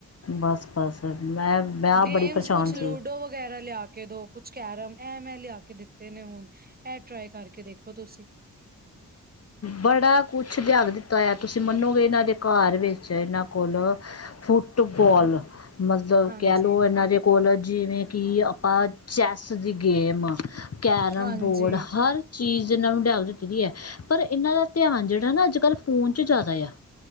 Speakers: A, on the left; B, on the right.
A: ਬਸ- ਬਸ ਮੈਂ ਮੈਂ ਆਪ
B: ਗੇਮਸ
A: ਬੜੀ ਪਰੇਸ਼ਾਨ
B: ਕੁਛ ਲੂਡੋ
A: ਸੀ
B: ਵਗੈਰਾ ਲਿਆ ਕੇ ਦੋ ਕੁਛ ਕੈਰਮ ਐ ਮੈਂ ਲਿਆ ਕੇ ਦਿੱਤੇ ਨੇ ਹੁਣ ਇਹ ਟਰਾਈ ਕਰਕੇ ਦੇਖੋ ਤੁਸੀਂ
A: ਬੜਾ ਕੁਛ ਲਿਆ ਕੇ ਦਿੱਤਾ ਆ ਤੁਸੀਂ ਮੰਨੋਗੇ ਇਹਨਾਂ ਦੇ ਘਰ ਵਿੱਚ ਇਹਨਾਂ ਕੋਲ ਫੁੱਟਬਾਲ ਮਤਲਬ
B: ਹਾਂਜੀ,
A: ਕਹਿ ਲਓ ਇਹਨਾਂ ਦੇ ਕੋਲ ਜਿਵੇਂ ਕਿ ਆਪਾਂ ਚੈੱਸ ਦੀ ਗੇਮ, ਕੈਰਮ
B: ਹਾਂਜੀ।
A: ਬੋਰਡ ਹਰ ਚੀਜ਼ ਇਹਨਾਂ ਨੂੰ ਲਿਆ ਕੇ ਦਿੱਤੀ ਦੀ ਆ ਪਰ ਇਹਨਾਂ ਦਾ ਧਿਆਨ ਜਿਹੜਾ ਨਾ ਅੱਜ- ਕੱਲ੍ਹ ਫੋਨ 'ਚ' ਜ਼ਿਆਦਾ ਆ